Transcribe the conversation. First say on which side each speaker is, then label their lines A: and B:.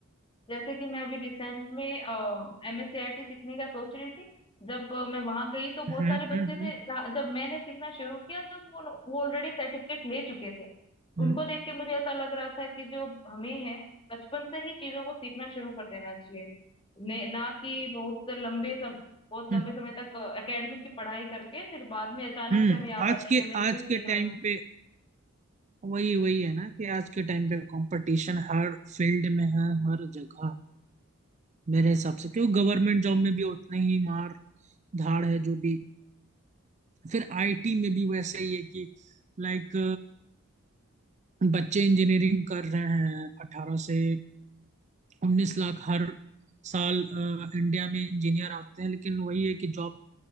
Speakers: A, on the left (about 25°); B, on the right (about 35°).
A: जैसे कि मैं अभी रिसेंट में एमएससीआईटी सीखने का सोच रही थी जब अ, मैं वहां गई तो बहुत
B: हम्म
A: सारे
B: हम्म
A: बच्चे
B: हम्म
A: थे जहाँ- जब मैंने सीखना शुरू किया तब वो वो ऑलरेडी सर्टिफिकेट ले चुके थे
B: हम्म,
A: उनको देख के मुझे ऐसा लग रहा था कि जो हमें है बचपन से ही चीजों को सीखना शुरू कर देना चाहिए ने, ना कि बहुत लंबे सम, बहुत लंबे
B: हम्म।
A: समय तक एकेडमिक की पढ़ाई करके फिर बाद में अचानक
B: हम्म
A: से हमें याद
B: आज
A: आता है कि
B: के
A: हमें स्किल
B: आज
A: सीखना
B: के टाइम
A: चाहिए
B: पे वही वही है ना कि आज के टाइम पे कंपटीशन हर फील्ड में है हर जगह है मेरे हिसाब से क्यों गवर्नमेंट जॉब में भी उतने ही मार धाड़ है जो भी फिर आईटी में भी वैसे ही है कि लाइक बच्चे इंजीनियरिंग कर रहे हैं अठारह से उन्नीस लाख हर साल अ, इंडिया में इंजीनियर आते हैं लेकिन वही है कि जॉब